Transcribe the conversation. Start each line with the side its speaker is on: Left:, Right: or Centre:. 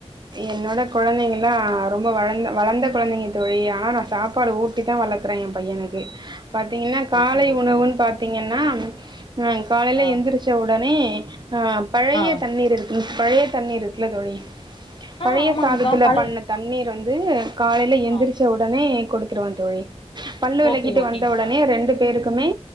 Right: என்னோட கொழந்தைங்கலா ரொம்ப வளர்ந்த வளர்ந்த கொழந்தைங்க தோழி ஆனா நா சாப்பாடு ஊட் டித்தா வளக்குற என் பையனுக்கு பாத்தீங்கன்னா காலை
Left: ஓகே ஓகே
Right: உணவுன் பாத்தீங்கன்னா ஆ காலைல
Left: ஆ
Right: எந்திரிச்ச உடனே ஆ பழைய
Left: ஆ
Right: தண்ணீர் இருக்கு பழைய தண்ணீர் இருக்குல்ல தோழி பழைய
Left: ஆ ஆமாங்கா
Right: சாதத்தில
Left: பழைய
Right: பண்ண தண்ணீர் வந்து காலைல எந்திரிச்ச
Left: ஆ
Right: உடனே குடுத்துருவ தோழி பல்லு விளகிட்டு
Left: ஓகே ஓகேங்க்கா
Right: வந்த உடனே ரெண்டு பேருக்குமே